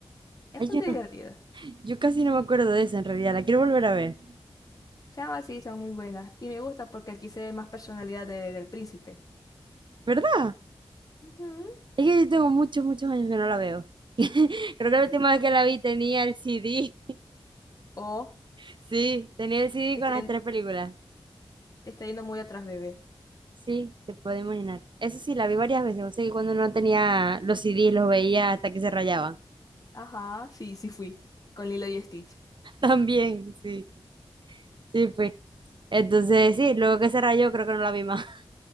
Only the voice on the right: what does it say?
Ay,
yo
no- yo casi no me acuerdo de esa en realidad. La quiero volver a ver.
¿Verdad?
Es que yo tengo muchos, muchos años que no la veo. <laughs> Creo que
la última vez que la vi tenía el CD.
<laughs> Sí, tenía el CD
con
las
tres películas.
Sí, te puedo imaginar. Eso sí, la vi varias veces. O sea, que cuando no tenía los CDs, los veía hasta que se rayaban.
<laughs> También, sí, sí fue. Entonces, sí, luego que se rayó, creo que no la vi más.